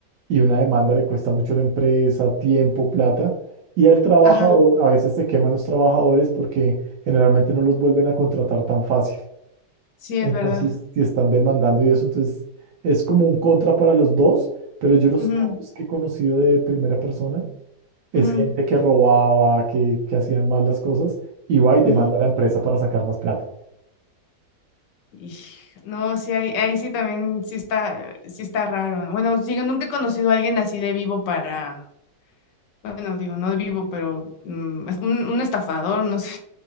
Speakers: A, on the right; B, on the left.
A: y una demanda le cuesta mucho a la empresa, tiempo, plata y al trabajador,
B: Ajá,
A: a veces se queman los trabajadores porque generalmente no los vuelven a contratar tan fácil.
B: sí,
A: Entonces,
B: es verdad.
A: si están demandando y eso, entonces es como un contra para los dos, pero yo los
B: Ujú,
A: casos que he conocido de primera persona es
B: ujú,
A: gente que robaba, que, que hacían mal las cosas y va y demanda
B: ujú.
A: a la empresa para sacar más plata.
B: Y, no, sí, ahí, ahí sí también sí está, sí está raro. ¿no? Bueno, digo, nunca he conocido a alguien así de vivo para, bueno, digo, no de vivo, pero mm, es un, un estafador, no sé.